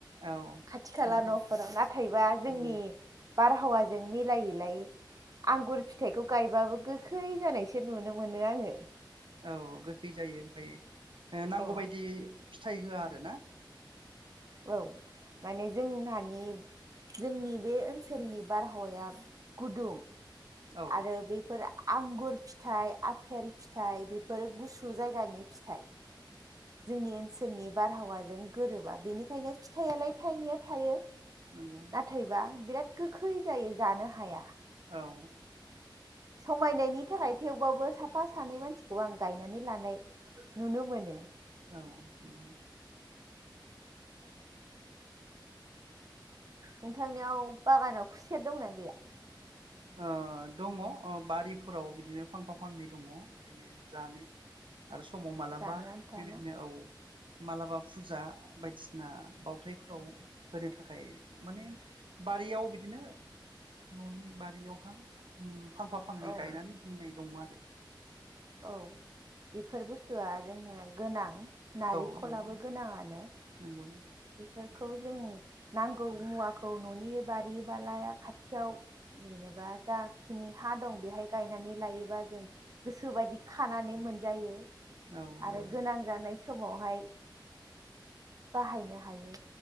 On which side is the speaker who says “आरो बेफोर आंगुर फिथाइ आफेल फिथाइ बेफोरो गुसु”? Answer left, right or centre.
Right